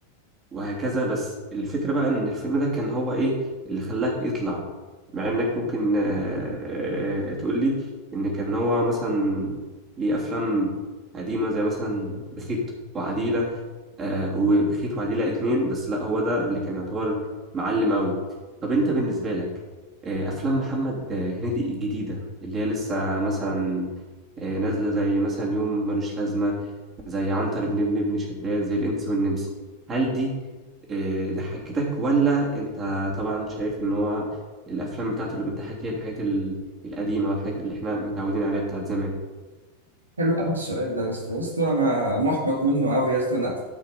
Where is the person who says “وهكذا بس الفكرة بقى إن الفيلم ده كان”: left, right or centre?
Right